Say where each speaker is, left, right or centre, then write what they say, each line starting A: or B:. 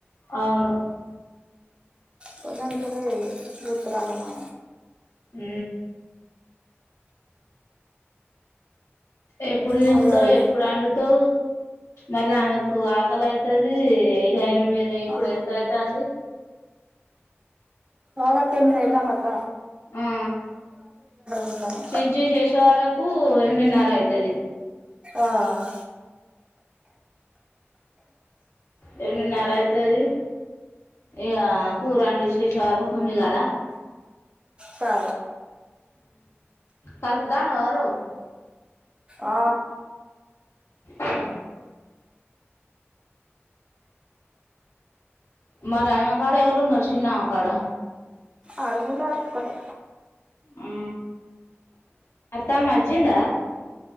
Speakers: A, on the left (about 80°); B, on the right (about 25°).
A: అవును
B: కొద్దాం కాాలలి గురు తడాలన్నా
A: హ ఎప్పుడు నించుతో
B: మళ్ళీ అవి
A: ఎప్పుడు వండుతో మళ్ళీ ఆమెకు ఆకలి అవుతుది ఆయన మీద ఇప్పుడు
B: ఆ
A: ఎంత అవుతుంది
B: తోద తన్న వతా మట
A: ఆ
B: తింటాను
A: చించ శేషవార ఊ ఎరిమిిన నర అయితది
B: ఆ
A: రమిన్నర అయితుది ఇక కూర అండి విశేష వర తమి కదా
B: కా
A: కల్పుతాన వారు
B: ఆ
A: అ మరి ఆమె కాడ ఎవరున్నారు, చిన్నమ్మ కాడ,
B: ఆడుకుంటా ఒక్కతే,
A: ఆ అత్తమ్మ వచ్చిందా,